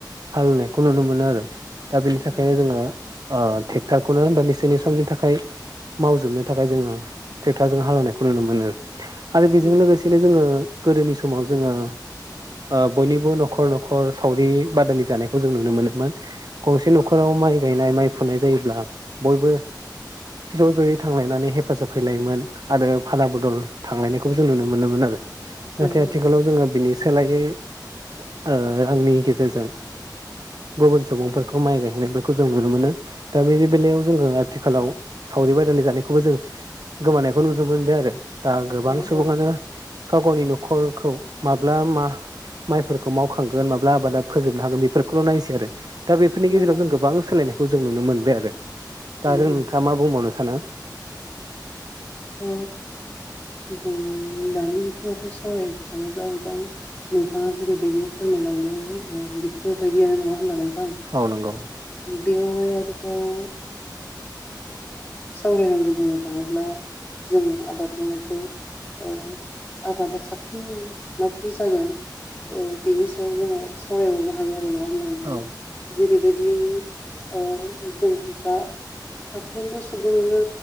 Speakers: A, on the right; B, on the left.
A: हालेवनायखौ नुनो मोनो आरो। दा बेनि थाखायनो
B: उम
A: जोङो ओ ट्रेक्टरखौनो होननानै सेनि समनि थाखाय मावजोबनो थाखाय जोङो ट्रेक्टरजों हालेवनायखौ नुनो मोनो आरो बेजों
B: उम
A: लोगोसे बिदिनो जोङो गोदोनि समाव जोङो ओ बयनिबो न'खर न'खर सावरि बादालि जानायखौ जों नुनो मोनोमोन। गंसे न'खराव माइ गायनाय माइ फुनाय जायोब्ला बयबो ज' ज'यै थांलायनानै हेफाजाब हैलायोमोन। आरो फाला बदल थांलायनायखौबो जों नुनो मोनोमोन आरो।
B: उम
A: नाथाय आथिखालाव
B: उम
A: जोङो बिनि सोलायै ओ आंनि गेजेरजों गुबुन सुबुंफोरखौ माइ गायहैनायफोरखौ जों नुनो मोनो। दा बेनि बेलायाव जोङो आथिखालाव सावरि बादालि जानायखौबो जों गोमानायखौ नुनो मोनबाय आरो। दा गोबां
B: औ
A: सुबुङानो
B: औ
A: गाव गावनि न'खरखौ माब्ला मा माइफोरखौ मावखांगोन माब्ला आबादा फोजोबनो हागोन बेफोरखौल' नायनोसै आरो दा बेफोरनि
B: नंगौ
A: गेजेराव जों गोबां सोलायनायखौ जों नुनो मोनबाय आरो दा
B: उम
A: आरो
B: उम
A: नोंथाङा मा बुंबावनो सानो
B: अ जों दानि बिथिङावथ' सावरायनो थाङोब्ला नोंथां नोंथाङा जेरैबायदि फोरमायलांदों ओ बेफोरबायदियानो नङा होमबा नों थां
A: औ नंगौ
B: बेयावहाय आरोबाव सावरायनांगौ बुंनो थाङोब्ला जोङो आबाद मावनायखौ औ आबादा साबसिन माब्रै जागोन औ बेनि सायाव जोङो फरायबावनो हायो आरो नङा होमबा नोंथां
A: औ
B: जेरैबायदि ओ जों दा साफ्रोमबो सुबुङानो